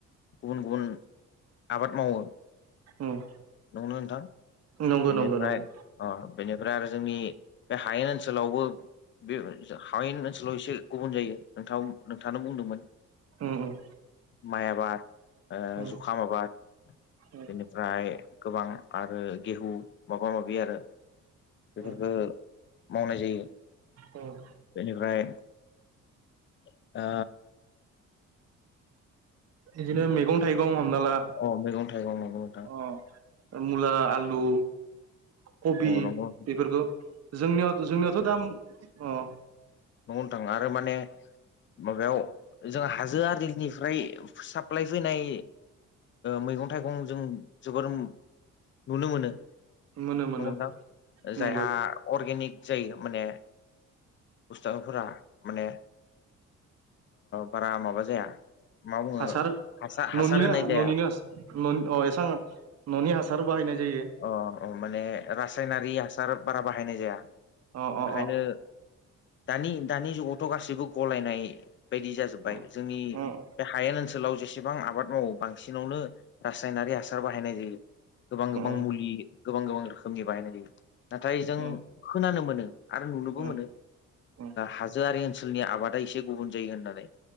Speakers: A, on the left (about 40°); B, on the right (about 55°).
A: गुबुन गुबुन आबाद मावो नंगोना
B: उम
A: नोंथां
B: नंगौ
A: बेनिफ्राय
B: नंगौ नंगौ
A: ओ बेनिफ्राय आरो जोंनि बे हायेन ओनसोलावबो बे हायेन ओनसोलाव एसे गुबुन जायो नोंथां नोंथाङानो बुंदोंमोन।
B: उम ओम
A: माइ आबाद ओ
B: उम
A: जुखाम आबाद बेनि
B: उम
A: ओमफ्राय गोबां आरो गेहु माबा माबि आरो बेफोरफोरखौो
B: उम
A: मावनाय जायो।
B: उम
A: बेनिफ्राय ओ औ
B: बिदिनो मैगं थाइगं हमना ला
A: अ मैगं थाइगं मगं नोंथां।
B: अ मुला आलु कबि
A: अ नंगौ
B: बेफोरखौ जोंनियाव' जोंनियावथ' दाम अ
A: न'नो थाङो आरो माने माबायाव जोंहा हाजो आरिनिफ्राय साप्लाइ फैनाय मैगं थाइगं जों जोबोर नुनो मोनो।
B: मोनो मोनो
A: नोंगथां
B: नंगौ
A: जायहा अर्गेनिक जायो माने बुस्थांफोरा माने बारा माबा जाया। मा बुङो
B: हासार
A: हासार हासार
B: न'निनो
A: होनाय जाया
B: न'निनो अ एसां न'नि हासार बाहायनाय जायो।
A: अ अ माने रासायनारि हासार बारा बाहायनाय जाया।
B: अ अ
A: बेखायनो दानि दानि जुगावथ' गासैबो गलायनाय बायदि जाजोब्बाय
B: अ
A: जोंनि
B: उम
A: बे हायेन ओनसोलाव जेसेबां आबाद औ बांसिनावनो रासायनारि हासार बाहायनाय जायो। गोबां गोबां
B: उम
A: मुलि गोबां गोबां रोखोमनि बाहायनाय जायो नाथाय जों
B: उम
A: खोनानो मोनो। आरो नुनोबो
B: उम
A: मोनो
B: उम
A: हाजोआरि ओनसोलनि आबादा एसे गुबुन जायो होननानै।